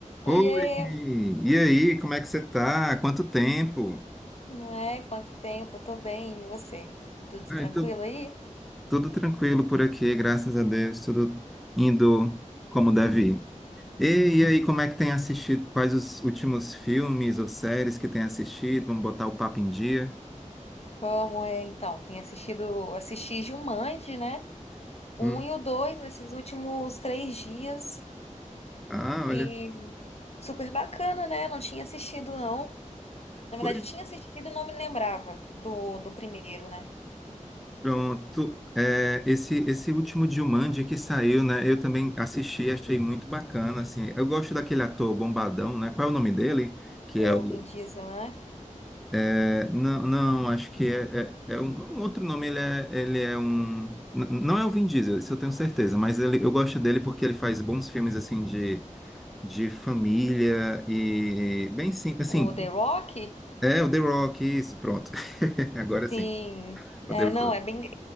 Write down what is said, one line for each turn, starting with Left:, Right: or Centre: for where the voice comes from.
Centre: Oi,
Left: Oiê,
Centre: e aí, como é que você tá? Quanto tempo?
Left: não é? Quanto tempo? Eu tô bem, e você? Tudo
Centre: Ai,
Left: tranquilo
Centre: tu-
Left: aí?
Centre: tudo tranquilo por aqui, graças a Deus, tudo indo como deve. E, e aí, como é que tem assistido? Quais os últimos filmes ou séries que tem assistido? Vamos botar o papo em dia?
Left: Como é então? Tem assistido, assisti Jumanji, né? O
Centre: Hum.
Left: Um e o dois, esses últimos três dias.
Centre: Ah,
Left: E
Centre: olha,
Left: super bacana, né? Não tinha assistido, não. Na
Centre: pois
Left: verdade, eu tinha assistido e não me lembrava do, do primeiro, né?
Centre: pronto. É, esse, esse último Jumanji que saiu, né? Eu também assisti, achei muito bacana, assim. Eu gosto daquele ator bombadão, né? Qual é o nome dele? Que
Left: É
Centre: é o
Left: o Vin Diesel, né?
Centre: É, não, não, acho que é, é, é um, um outro nome, ele é, ele é um... n- Não é o Vin Diesel, isso eu tenho certeza, mas ele, eu gosto dele porque ele faz bons filmes, assim, de, de família e bem simples,
Left: O
Centre: assim,
Left: The Rock?
Centre: é o The Rock, isso, pronto. <laughs> Agora sim,
Left: Sim.
Centre: o
Left: É,
Centre: The Rock.
Left: não, é bem. O